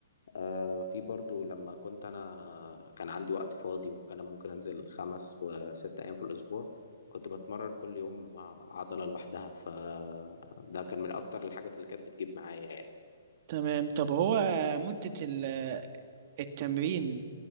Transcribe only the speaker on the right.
تمام طب هو مدة ال- التمرين